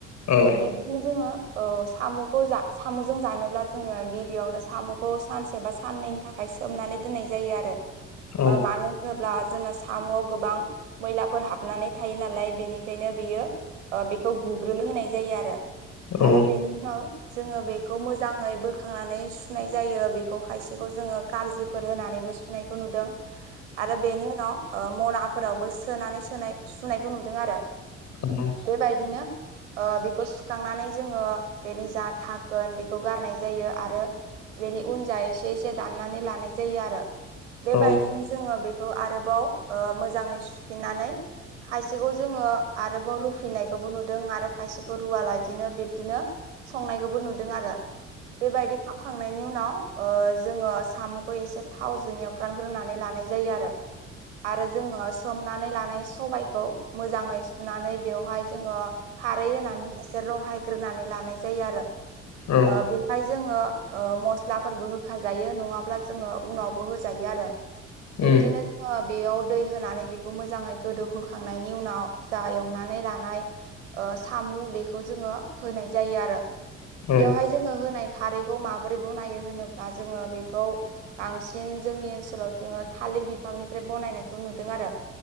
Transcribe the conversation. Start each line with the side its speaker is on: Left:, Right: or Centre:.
Left: औ
Right: ओ बिब खौ जोङो औ सामुखौ सामुजों जानोब्ला जोङो गिबियावनो साम खौ सानसे बा साननैनि थाखाय सनानै दोननाय जायो आरो
Left: औ
Right: ओ मानो होनोब्ला जोंना सा सामुआव गोबां मैलाफोर हाबनानै थायो नालाय बेनिखायनो बियो बेखौ गुग्रोनो होनाय जायो आरो
Left: औ
Right: आरो बेनि उनाव जोंङो बेखौ मोजाङै बोखांनानै सुनाय जायो बेखौ खायसेखौ जोंङो खारजिफोर होनानैबो सुनाय खौ नुदों आरो बेनि उनाव ओ मनाफोरावबो सोनानै सोनाय सुनायखौ नुदों आरो
Left: <unintelligible>
Right: बेबायदिनो ओ बेखौ सुखांनानै जोङो बेनि जा थाखोन बेखौ गारनाय जायो आरो बेनि उनजों एसे एसे दाननानै लानाय जायो आरो। बेबायदिनो
Left: औ
Right: जोङो बेखौ आरोबाव मोजाङै सुफिननानै खायसेखौ जोङो आरोबाव रुफिननायखौबो नुदों आरो खायसेखौ रुवालादिनो बिब्दिनो संनायखौबो नुदों आरो। बेबायदि खाबखांनायनि उनाव जोङो साम'खौ एसे थावजों एव फ्रानग्रोनानै लानाय जायो आरो। आरो जोङो सोमनानै लानाय सबबायखौ मोजाङै सुनानै बेवहाय जोङो खारै होनानै एसे रहायग्रोनानै लानाय जायो आरो।
Left: औ
Right: बेवहाय जोङो मस्लाफोरबो होखा जायो नङाब्ला जोङो उनावबो हो जायो आरो, बिब्दिनो
Left: उम
Right: जोंङो बेयाव दै होनानै बेखौ मोजाङै गोदौहोखांनायनि उनाव जा एवनानै लानाय ओ सामु' बेखौ जोङो होनाय जायो आरो।
Left: औ
Right: बेवहाय जोङो होनाय खारैखौ माबोरै ब नायो होनोब्ला जोङो बेखौ बांसिन जोंनि ओनसोलाव जोङो थालिर बिफांनिफ्राय बनायनायखौ नुदों आरो।